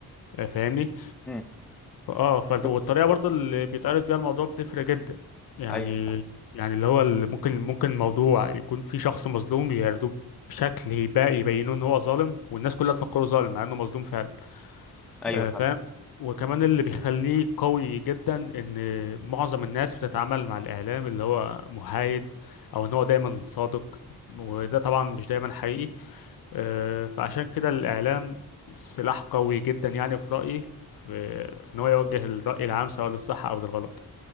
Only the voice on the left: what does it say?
آه، فاهمني
اه فال-
والطريقة برضو اللي بيتعرض بيها الموضوع بتفرق جدا يعني
يعني اللي هو اللي ممكن ممكن موضوع يكون في شخص مظلوم يعرضوه بشكل يبقى يبينوه ان هو ظالم والناس كلها تفكره ظالم مع انه مظلوم فعلا
آه، فاهم وكمان اللي بيخليه قوي جدا ان معظم الناس بتتعامل مع الاعلام اللي هو محايد او ان هو دايما صادق وده طبعا مش دايما حقيقي آه، فعشان كده الاعلام سلاح قوي جدا يعني في رايي في في ان هو يوجه الراي العام سواء للصح او للغلط